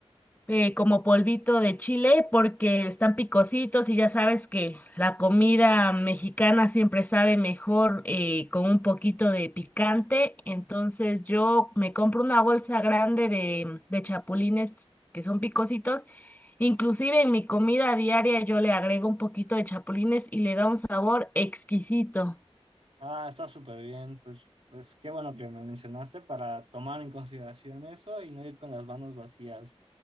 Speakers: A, on the left; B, on the right.
A: eh, como polvito de chile porque están picositos y ya sabes que la comida mexicana siempre sabe mejor eh, con un poquito de picante. Entonces yo me compro una bolsa grande de, de chapulines que son picositos. Inclusive en mi comida diaria yo le agrego un poquito de chapulines y le da un sabor exquisito.
B: Ah, está súper bien. Pues, pues qué bueno que me mencionaste para tomar en consideración eso y no ir con las manos vacías.